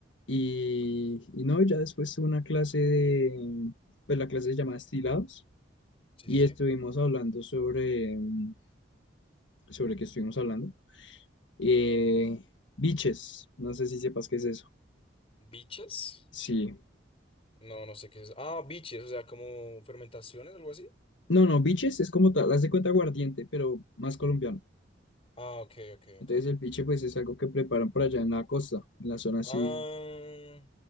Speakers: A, on the left; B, on the left.
A: Y, y no, ya después tuve una clase de, pues la clase se llama Estilados
B: Sí,
A: y
B: sí, sí.
A: estuvimos hablando sobre, mm, sobre qué estuvimos hablando. Eh, biches, no sé si sepas qué es eso.
B: ¿Biches?
A: Sí.
B: No, no sé qué es. Ah, biches, o sea, como fermentaciones, algo así.
A: No, no, biches es como tal, haz de cuenta aguardiente, pero más colombiano.
B: Ah, ok, ok,
A: Entonces
B: ok.
A: el biche pues es algo que preparan por allá en la costa, en la zona así.
B: Ah,